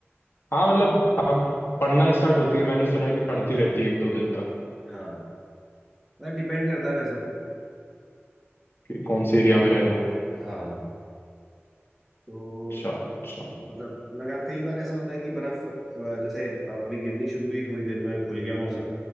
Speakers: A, on the left (about 55°); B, in the centre.
A: हाँ मतलब अब पढ़ना स्टार्ट होती है मैंने सुना है कि पढ़ती रहती है एक दो दिन तक
B: हाँ मतलब डिपेंड करता है वैसे तो
A: कि कौन से एरिया में रह रहे हो
B: हाँ तो
A: अच्छा अच्छा
B: मतलब लगा कई बार ऐसा होता है कि बर्फ अ, जैसे अ- अभी गिरनी शुरू हुई थोड़ी देर में खुल गया मौसम